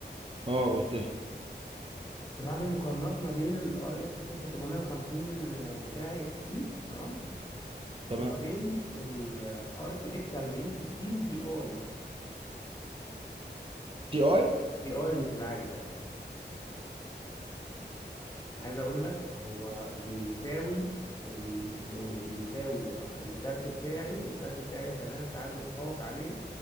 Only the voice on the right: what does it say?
اه قلت لي
تمام
تي اي